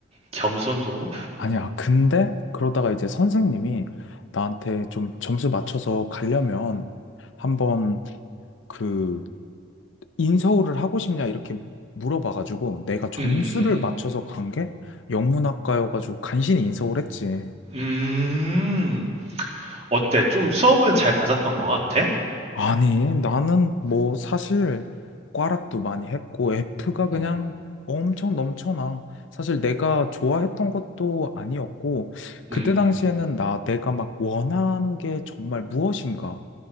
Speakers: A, on the right; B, on the left.
A: 겸손도.
B: 아니야,
A: 음,
B: 근데 그러다가 이제 선생님이 나한테 좀 점수 맞춰서 가려면 한번 그 인서울을 하고 싶냐 이렇게 물어봐가지고 내가 점수를
A: 음, 음, 음.
B: 맞춰서 간 게 영문학과여가지고 간신히 인서울 했지.
A: 음. 음. 어때? 좀 수업은 잘 맞았던 것 같아?
B: 아니 나는 뭐 사실 과락도 많이 했고 F가 그냥
A: 음,
B: 엄청 넘쳐나. 사실 내가 좋아했던 것도 아니었고 그때
A: 음,
B: 당시에는
A: 음,
B: 나 내가 막 원하는 게 정말 무엇인가